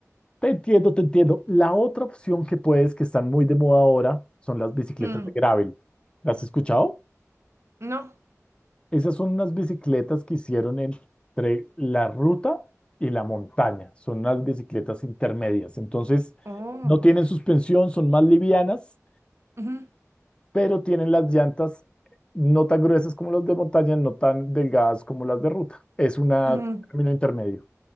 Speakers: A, on the left (about 20°); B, on the right (about 55°).
A: Te entiendo, te entiendo. La otra opción que puedes, que están muy de moda ahora, son las bicicletas
B: Mm,
A: de gravel. ¿Las has escuchado?
B: no.
A: Esas son unas bicicletas que hicieron entre la ruta y la montaña. Son unas bicicletas intermedias. Entonces,
B: Oh.
A: no tienen suspensión, son más livianas,
B: Ujú,
A: pero tienen las llantas no tan gruesas como las de montaña, no tan delgadas como las de ruta. Es una-
B: ujú.
A: un término intermedio.